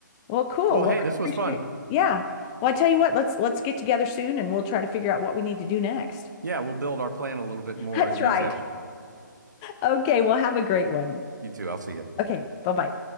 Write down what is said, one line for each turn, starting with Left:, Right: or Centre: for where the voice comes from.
Left: Well, cool.
Right: Well,
Left: Well,
Right: hey, this
Left: I
Right: was
Left: appreciate
Right: fun.
Left: Yeah. Well, I tell you what, let's let's get together soon and we'll try to figure out what we need to do next.
Right: Yeah, we'll build our plan a little bit more
Left: <laughs> That's
Right: in detail.
Left: right. Okay, well, have a great one.
Right: You too. I'll see you.
Left: Okay, bye-bye.